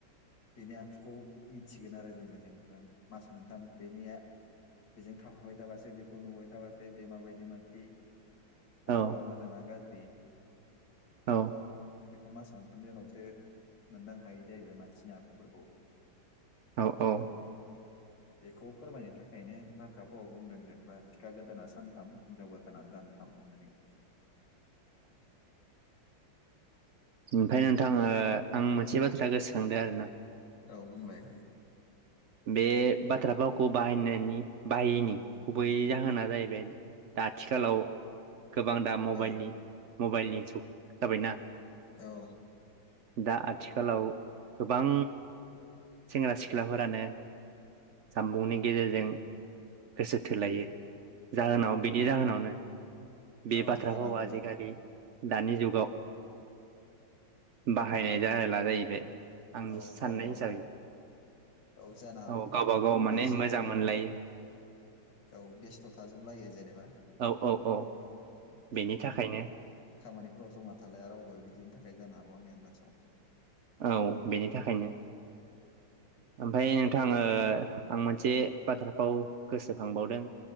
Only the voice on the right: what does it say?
औ
औ
औ औ
ओमफाय नोंथां ओ आं मोनसे बाथ्रा गोसोखांदो आरो ना
बे बाथ्रा भावखौ बाहायनायनि बाहायैनि गुबै जाहोना जाहैबाय दा आथिखालाव गोबां दा मबाइलनि
मबाइलनि जुग जाबायना
दा आथिखालाव गोबां सेंग्रा सिख्लाफोरानो जामबुंनि गेजेरजों गोसो थोलायो जाहोनाव
बिनि जाहोनावनो बे
बाथ्राफाव
आ आजिखालि
दानि जुगाव बाहायनाय जाहोला जाहैबाय आंनि
साननाय
हिसाबै
औ
माने
मोजां मोनलायो
औ औ
बेनि थाखायनो
औ बिनि थाखायनो ओमफाय नोंथाङो ओ आं मोनसे बाथ्राखौ गोसोखांबावदों